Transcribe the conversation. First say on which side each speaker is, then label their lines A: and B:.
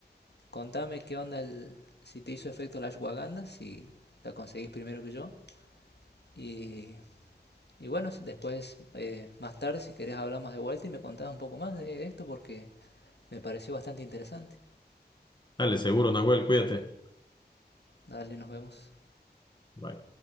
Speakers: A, on the left; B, on the left.
A: contame qué onda el, si te hizo efecto la ashwagandha, si la conseguís primero que yo. Y Y bueno, si- después, eh, más tarde, si querés, hablamos de vuelta y me contás un poco más de esto porque me pareció bastante interesante.
B: Dale, seguro, Nahuel, cuídate.
A: Dale, nos vemos.
B: Bye.